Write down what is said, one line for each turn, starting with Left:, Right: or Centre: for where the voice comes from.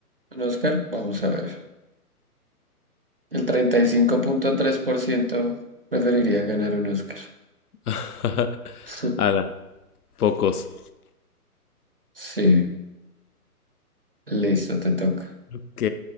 Right: ¿Un Oscar? Vamos a ver. El treinta y cinco punto tres por ciento preferiría ganar un Oscar.
Left: <laughs>
Right: <laughs>
Left: Ala, pocos.
Right: Sí, listo, te toca.
Left: Ok,